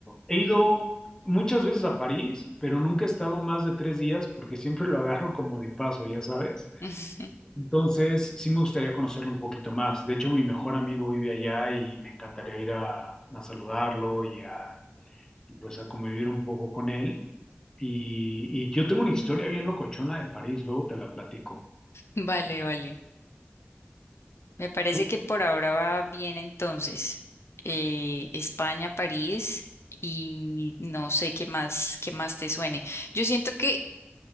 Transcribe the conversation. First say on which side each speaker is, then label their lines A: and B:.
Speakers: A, on the left; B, on the left.
A: He ido muchas veces a París, pero nunca he estado más de tres días porque siempre lo agarro como de paso, ya sabes.
B: <laughs>
A: Entonces sí me gustaría conocerlo un poquito más. De hecho, mi mejor amigo vive allá y me encantaría ir a, a saludarlo y a, y pues a convivir un poco con él. Y, y yo tengo una historia bien locochona de París, luego te la platico.
B: Vale, vale. Me parece
A: ¿Tú?
B: que por ahora va bien entonces. Eh, España, París y no sé qué más, qué más te suene. Yo siento que